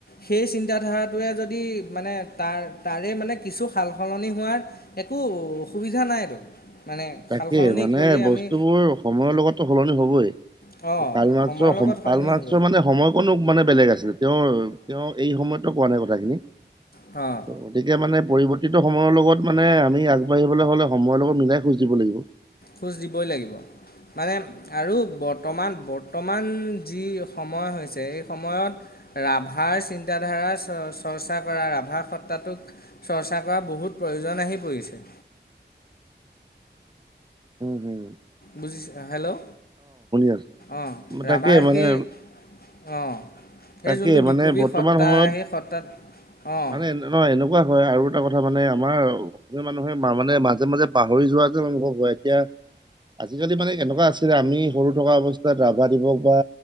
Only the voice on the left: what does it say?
সেই চিন্তাধাৰাটোৱে যদি মানে তাৰ, তাৰে মানে কিছু সাল সলনি হোৱাৰ একো অসুবিধা নাইতো। মানে
সাল সলনি
কৰি
আমি
অঁ'
সময়ৰ লগত
সলনি
হ'বই
অ'
খোজ দিবই লাগিব, মানে আৰু বৰ্তমান, বৰ্তমান যি সময় হৈছে, এই সময়ত ৰাভাৰ চিন্তাধাৰা চ চৰ্চা কৰা, ৰাভাৰ সত্তাটোক চৰ্চা কৰা বহুত প্ৰয়োজন আহি পৰিছে৷
বুজিছ হেল্ল'?
অঁ' ৰাভাৰ
সেই, অ' সেই
যোনটো
বিপ্লৱী
সত্তা
সেই সত্তাত, অঁ